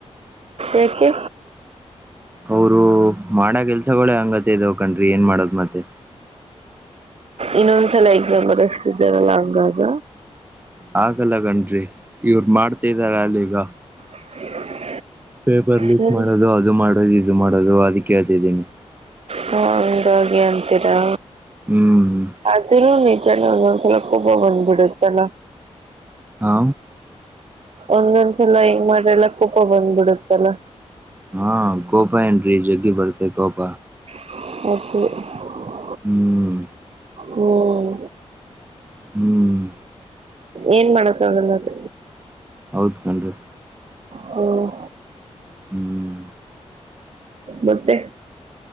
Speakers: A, on the right; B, on the right.
A: ಯಾಕೆ
B: ಅವರು ಮಾಡ ಕೆಲ್ಸಗಳೇ ಹಂಗತೆದವ್ ಏನ್ ಮಾಡದ್ ಮತ್ತೆ
A: ಇನ್ನೊಂದ್ಸಲ ಎಕ್ಸಾಮ ಬರಿಸ್ತಿದರಲ್ಲ ಹಂಗಾಗ
B: ಹಾಗಲ್ಲ ಕಣ್ರೀ ಇವರು ಮಾಡ್ತಿದರಲ್ಲೀಗ
A: <unintelligible>
B: ಪೇಪರ್ ಲೀಕ್
A: ಹ್ಮ್.
B: ಮಾಡೋದು ಅದು ಮಾಡೋದು ಇದು ಮಾಡೋದು ಅದಕ್ಕೆ ಹೇಳ್ತಿದ್ದೀನಿ
A: ಹ ಹಂಗಾಗಿ ಅಂತೀರಾ
B: ಹ್ಮ್
A: ಅದುನ್ನು <unintelligible> <unintelligible> ಬನ್ಬಿಡುತ್ತಲ್ಲ
B: ಹಾ
A: ಒಂದೊಂದ್ಸಲ ಹೆಂಗ್ ಮಾಡ್ರಲ್ಲ ಕೋಪ ಬಂದ್ಬಿಡತ್ತಲ್ಲ
B: ಹಾ ಕೋಪ ಏನ್ರಿ ಜಗ್ಗಿ ಬರ್ತೆ ಕೋಪ
A: <unintelligible>
B: ಹ್ಮ್
A: ಹ್ಮ್
B: ಹ್ಮ್
A: ಏನ್ ಮಾಡಕ್ಕಾಗಲ್ಲ ಅದ
B: ಹೌದ ಕಣ್ರಿ
A: ಹ್ಮ್
B: ಹ್ಮ್
A: ಮತ್ತೆ